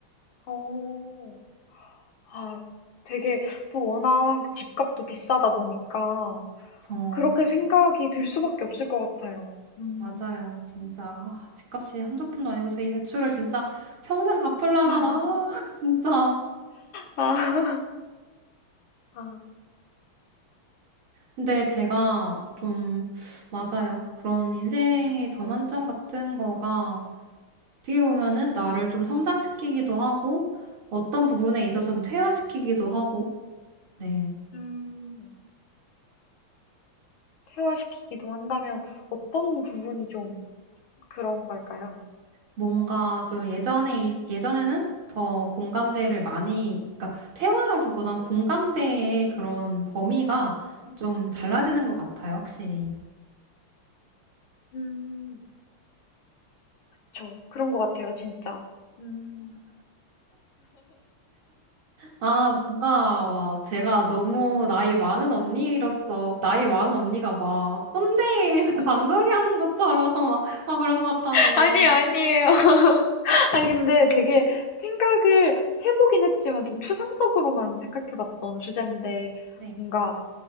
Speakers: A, on the left; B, on the right.
A: 어. 아, 되게 또 워낙 집값도 비싸다 보니까
B: 저
A: 그렇게 생각이 들 수밖에 없을 것 같아요. 음.
B: 맞아요. 진짜 아, 집값이 한두 푼도 아니고 진짜 이 대출을 진짜 평생 갚으려면
A: <laughs>
B: 아 <laughs> 진짜.
A: 아. 아,
B: 근데 제가 좀 맞아요. 그런 인생의 변환점 같은 거가 어떻게 보면은 나를 좀 성장시키기도 하고 어떤 부분에 있어서는 퇴화시키기도 하고 네.
A: 음, 퇴화시키기도 한다면 어떤 부분이 좀 그런 걸까요?
B: 뭔가 좀 예전에 있- 예전에는 더 공감대를 많이 그러니까 퇴화라기보단 공감대의 그런 범위가
A: 음,
B: 좀 달라지는 것 같아요, 확실히.
A: 음, 저 그런 것 같아요, 진짜. 음.
B: 아, 뭔가, 막, 제가 너무 나이 많은 언니로서, 나이 많은 언니가 막, 꼰대에서 <laughs> 잔소리 하는 것처럼, 막, 아, 그런 것 같아서.
A: <laughs> 아니, 아니에요. <laughs> 아니, 근데 되게 생각을 해보긴 했지만 좀 추상적으로만 생각해봤던 주제인데
B: 네.
A: 뭔가